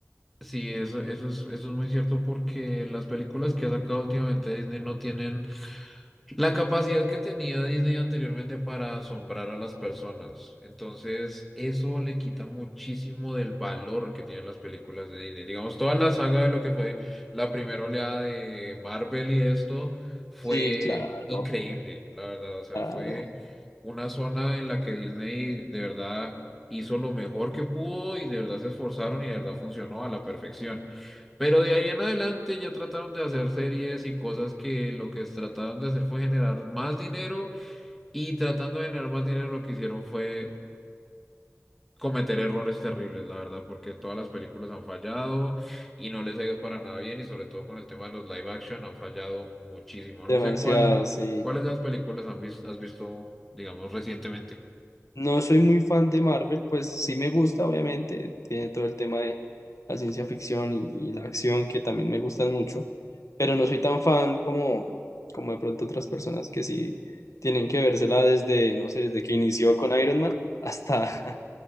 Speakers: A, in the centre; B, on the left.
A: Sí, eso, eso es, eso es muy cierto porque las películas que ha sacado últimamente Disney no tienen La capacidad que tenía Disney anteriormente para asombrar a las personas. Entonces, eso le quita muchísimo del valor que tienen las películas de Disney. Digamos, toda la saga de lo que fue la primera oleada de Marvel y esto fue
B: Sí, claro,
A: increíble, la verdad. O sea,
B: claro,
A: fue una zona en la que Disney de verdad hizo lo mejor que pudo y de verdad se esforzaron y de verdad funcionó a la perfección. Pero de ahí en adelante ya trataron de hacer series y cosas que lo que trataron de hacer fue generar más dinero y tratando de generar más dinero lo que hicieron fue cometer errores terribles, la verdad, porque todas las películas han fallado y no les ha ido para nada bien y sobre todo con el tema de los live action han fallado muchísimo. No
B: demasiado,
A: sé cuál,
B: sí.
A: cuáles de las películas han visto, has visto, digamos, recientemente.
B: No soy muy fan de Marvel, pues sí me gusta, obviamente, tiene todo el tema de la ciencia ficción y, y la acción que también me gustan mucho, pero no soy tan fan como, como de pronto otras personas que sí tienen que vérsela desde, no sé, desde que inició con Iron Man hasta,
A: Sí.
B: <laughs>